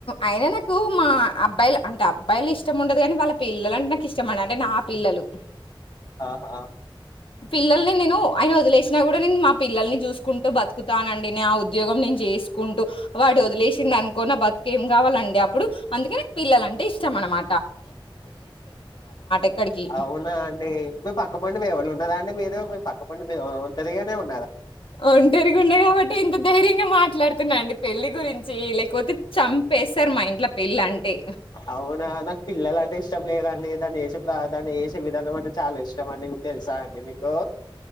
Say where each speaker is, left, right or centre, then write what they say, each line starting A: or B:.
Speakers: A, on the left; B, on the left.
A: అయినా నాకు మా అబ్బాయిలు అంటే అబ్బాయిలు ఇష్టం ఉండదు కానీ వాళ్ళ పిల్లలు అంటే నాకు ఇష్టం అంటే నా పిల్లలు
B: ఆహా
A: పిల్లల్ని నేను ఆయన వదిలేసినా కూడా నేను మా పిల్లల్ని చూసి కుంటూ బతుకుతానండి నా ఉద్యోగం నేను చేసుకుంటూ వాడు వదిలేసిండు అను కో నా బతుకేం కావాలండి అప్పుడు అందుకే నాకు పిల్లల అంటే ఇష్టం అనమా ఎక్కడికి.
B: అవునా అండి ఇ పక్కపండి మీ వాళ్లు ఉండరా అండి మీ మీపక్క పండి మీ ఒంటరిగానే ఉ
A: ఒంటరిగున్న కాబట్టి ఇంత ధైర్యంగా మాట్లాడుతున్నాండి పెళ్లి గురించి లేకపోతే చంపేస్తారు మా ఇంట్లో పెళ్ళి అంటే
B: అవునా నాకు పిల్లలు అంటే ఇష్టం లేదండి దాన్ని చేసే ప్ర దాన్ని వేసే విధానం అంటే చాలా ఇష్టం అండి తెలుసా అండి మీకు